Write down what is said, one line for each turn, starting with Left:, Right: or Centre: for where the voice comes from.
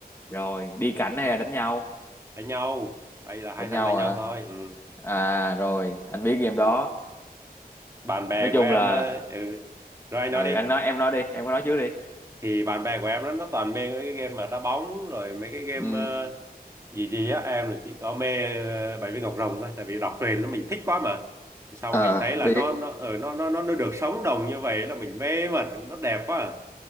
Left: rồi,
Right: ừ.
Left: đi cảnh hay là đánh nhau?
Right: đánh nhau tại vì là hai
Left: Đánh
Right: thằng
Left: nhau
Right: đánh
Left: hả?
Right: nhau thôi ừ.
Left: À, rồi, anh biết game đó.
Right: bạn bè
Left: Nói chung
Right: của em
Left: là
Right: ờ, ừ. rồi anh
Left: ừ,
Right: nói đi
Left: anh nói em nói đi, em có nói trước đi.
Right: thì bạn bè của em nó, nó toàn mê mấy cái game mà đá bóng rồi mấy cái game
Left: Ừ,
Right: ờ, vì gì á em là chỉ có mê ờ, bảy viên ngọc rồng thôi tại vì đọc truyền nó mình thích quá mà Thì xong
Left: ờ,
Right: mình thấy là
Left: biết.
Right: nó nó ở nó nó nó nó được sống đồng như vậy là mình mê mẩn nó đẹp quá à.